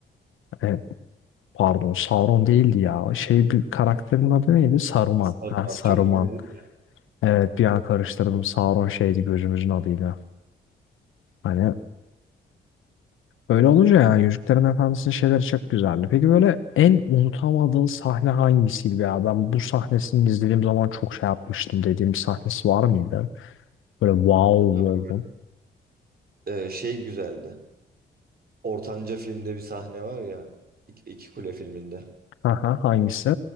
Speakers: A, on the left (about 80°); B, on the right (about 50°).
A: E, pardon Sauron değildi ya. Şey bir karakterin adı neydi? Saruman.
B: Satranç
A: Ha, Saruman.
B: çok benziyor. ya.
A: Evet bir an karıştırdım. Sauron şeydi gözümüzün adıyla. Hani öyle olunca yani Yüzüklerin Efendisi'nin şeyleri çok güzeldi. Peki böyle en unutamadığın sahne hangisiydi ya? Ben bu sahnesini izlediğim zaman çok şey yapmıştım dediğim bir sahnesi var mıydı? Böyle wow
B: Tabii bu-
A: oldum.
B: Ee, şey güzeldi. Ortanca filmde bir sahne var ya. İki, İki Kule filminde.
A: Aha, hangisi?